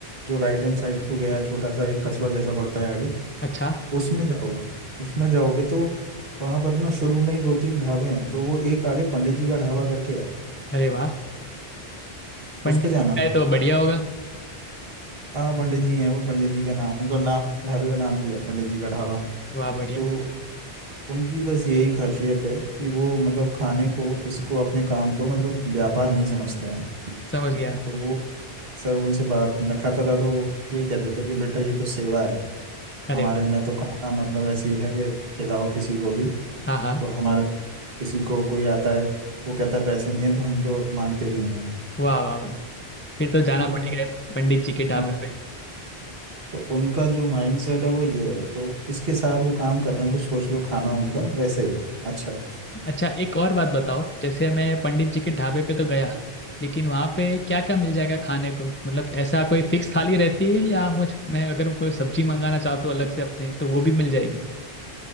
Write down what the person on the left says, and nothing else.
अच्छा
अरे वाह पंडित
जी का है तो बढ़िया होगा
वाह बढ़िया
समझ गया
अरे
वाह
हाँ
हाँ
वाह वाह भाई फिर तो जाना
पड़ेगा
पंडित जी के ढाबे
पे
अच्छा एक और बात बताओ जैसे मैं पंडित जी के ढाबे पे तो गया लेकिन वहाँ पे क्या क्या मिल जाएगा खाने को मतलब ऐसा कोई फिक्स थाली रहती है या मुझ मैं अगर कोई सब्जी मंगाना चाहता हूँ अलग से अपने तो वो भी मिल जाएगी